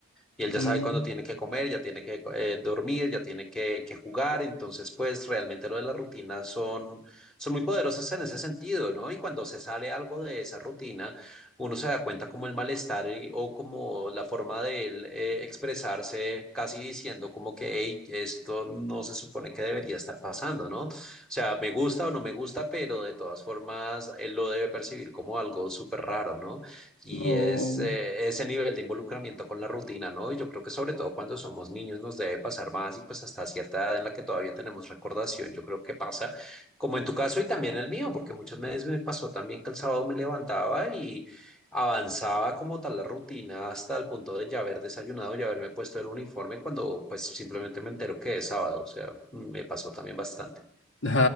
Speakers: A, in the centre; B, on the left (about 60°).
A: y él ya
B: Mm.
A: sabe cuándo tiene que comer, ya tiene que eh, dormir, ya tiene que, que jugar, entonces pues realmente lo de las rutinas son, son muy poderosas en ese sentido, ¿no? Y cuando se sale algo de esa rutina, uno se da cuenta como el malestar eh, o como la forma de él eh, expresarse casi diciendo como que, hey, esto no se supone que debería estar pasando, ¿no? O sea, me gusta o no me gusta, pero de todas formas él lo debe percibir como algo súper raro, ¿no? Y
B: Oh,
A: es eh, ese nivel de involucramiento con la rutina, ¿no? Y yo creo que sobre todo cuando somos niños nos debe pasar más y pues hasta cierta edad en la que todavía tenemos recordación, yo creo que pasa, como en tu caso y también en el mío, porque muchas veces me pasó también que el sábado me levantaba y avanzaba como tal la rutina hasta el punto de ya haber desayunado, ya haberme puesto el uniforme cuando pues simplemente me entero que es sábado, o sea, me pasó también bastante.
B: ay,